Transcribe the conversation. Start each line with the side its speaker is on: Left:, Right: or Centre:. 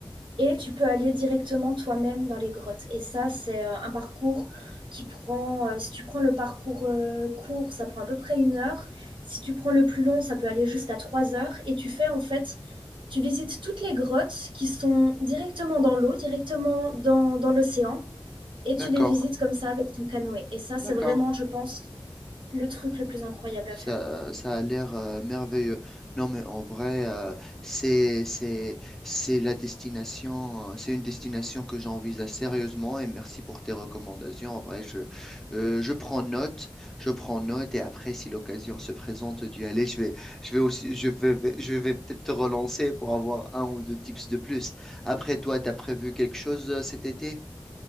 Right: Et tu peux aller directement toi-même dans les grottes. Et ça, c'est euh, un parcours qui prend, euh, si tu prends le parcours euh, court, ça prend à peu près une heure. Si tu prends le plus long, ça peut aller jusqu'à trois heures. Et tu fais en fait, tu visites toutes les grottes qui sont directement dans l'eau, directement dans, dans l'océan. Et
Centre: D'accord,
Right: tu les visites comme ça avec ton canoë. Et ça, c'est
Centre: d'accord.
Right: vraiment, je pense, le truc le plus incroyable à
Centre: Ça,
Right: faire.
Centre: ça a l'air euh, merveilleux. Non, mais en vrai, euh, c'est, c'est, c'est la destination, euh, c'est une destination que j'envisage sérieusement et merci pour tes recommandations. En vrai, je, euh, je prends note, je prends note et après, si l'occasion se présente d'y aller, je vais, je vais aussi, je vais, je vais peut-être te relancer pour avoir un ou deux tips de plus. Après, toi, tu as prévu quelque chose euh, cet été?